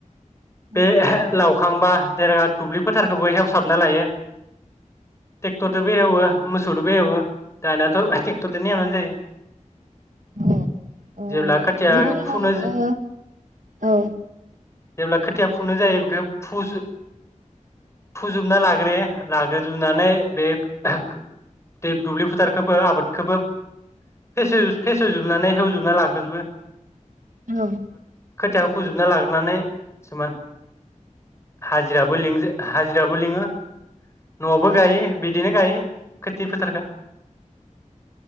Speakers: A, on the left (about 20°); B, on the right (about 75°).
A: बे
B: औ
A: लावखांबा जेब्ला दुब्लि फोथारखौबो एवसाब ना लायो ट्रेक्टरदोबो हेवो मो सौदोबो एवो दानियाथ' ट्रेक्टरजों नो एवनानै जायो।
B: औ ओ
A: जेब्ला खोथिया
B: बिदिनो
A: फुनो
B: ओ औ
A: जेब्ला खोथिया फुनो जायो बेखौ फुजोबना लाग्रो लाग्रोजोबनानै बे दै दुब्लि फोथारखौबो आबादखौबो फेसेव- फेसेवजोबनानै हेवजोबना लाग्रोजोबो
B: औ
A: थियाखौ फुजोबना लाग्रोनानै किसुमान हाजिराबो लिंजा हाजिराबो लिङो न'आवबो गायो बिदिनो गायो। खोथि फोथारखो